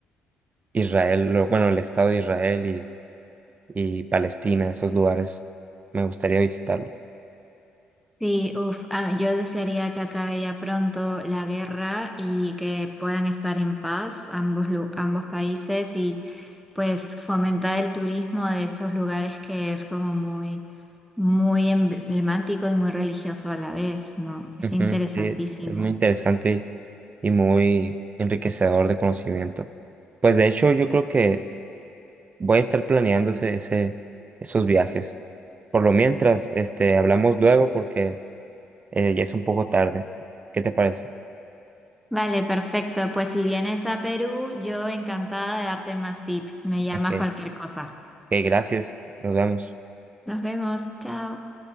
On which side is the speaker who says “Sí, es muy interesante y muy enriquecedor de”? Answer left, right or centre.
Right